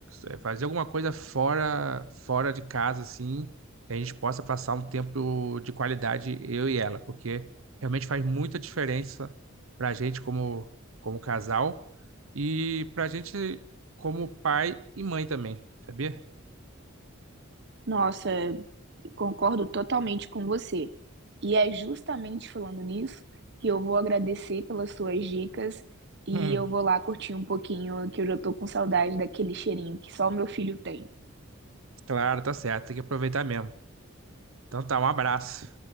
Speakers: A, on the right (about 80°); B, on the right (about 55°).
A: é, fazer alguma coisa fora fora de casa assim, que a gente possa passar um tempo de qualidade eu e ela, porque realmente faz muita diferença para a gente como como casal e para a gente como pai e mãe também, sabia? <laughs>
B: Nossa, concordo totalmente com você. E é justamente falando nisso que eu vou agradecer pelas suas dicas e
A: Hum,
B: eu vou lá curtir um pouquinho, que eu já tô com saudade daquele cheirinho que só o meu filho tem.
A: claro, tá certo, tem que aproveitar mesmo. Então tá, um abraço.